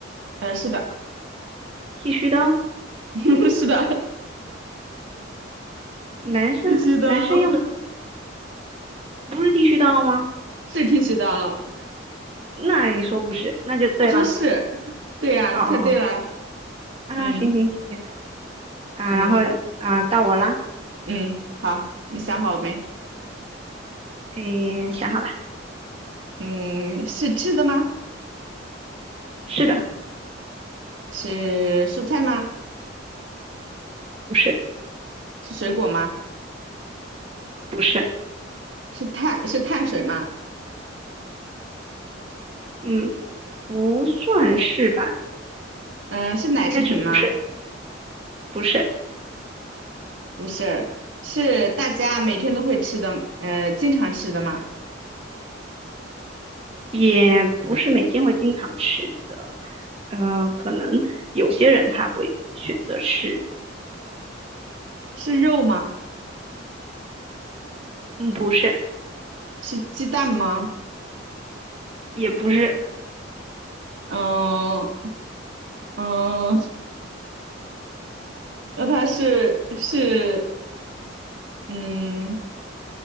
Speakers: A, on the right; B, on the right.
A: 呃，是的，
B: 剃须刀，
A: <laughs> 是的，
B: 男生男生用的东西
A: 剃须刀
B: 不是剃须刀吗？
A: 是剃须刀。
B: 那你说不是，那就对了。
A: 我说是，对呀、
B: 哦哦哦，
A: 猜对了。
B: 啊，
A: 嗯
B: 行行行啊，
A: 嗯
B: 然后啊，到我啦。
A: 嗯，好，你想好了没？
B: 诶，想好了，
A: 嗯，是吃的吗？
B: 是的，
A: 是蔬菜吗？
B: 不是，
A: 是水果吗？
B: 不是，
A: 是碳是碳水吗？
B: 嗯，不算是吧？
A: 嗯，是奶制品吗？
B: 应该是不是，不是。
A: 不是，是大家每天都会吃的，呃，经常吃的吗？
B: 也不是每天会经常吃的，呃，可能有些人他会选择吃，
A: 是肉吗？
B: 嗯，不是，
A: 是鸡蛋吗？
B: 也不是
A: 嗯嗯，那它是是嗯，